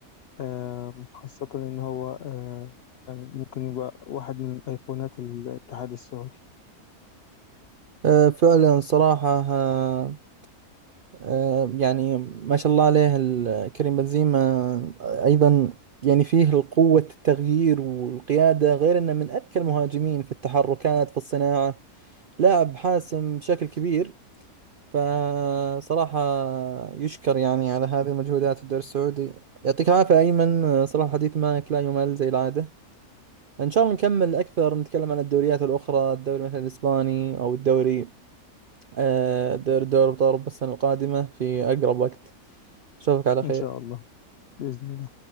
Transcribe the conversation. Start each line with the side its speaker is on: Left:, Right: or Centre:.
Left: آه، خاصه ان هو آه، يعني ممكن يبقى واحد من ايقونات الاتحاد السعودي
Right: آه، فعلا صراحة آه، آه، يعني ما شاء الله عليه ال- كريم بنزيما آه، أيضا يعني فيه القوة التغيير والقيادة غير أنه من أذكى المهاجمين في التحركات في الصناعة لاعب حاسم بشكل كبير فصراحة يشكر يعني على هذه المجهودات في الدوري السعودي يعطيك العافية أيمن آه، صراحة الحديث معك لا يمل زي العادة إن شاء الله نكمل أكثر نتكلم عن الدوريات الأخرى الدوري مثلا الإسباني أو الدوري آه، دوري دوري أبطال أوروبا السنة القادمة في أقرب وقت اشوفك على خير
Left: ان شاء الله باذن الله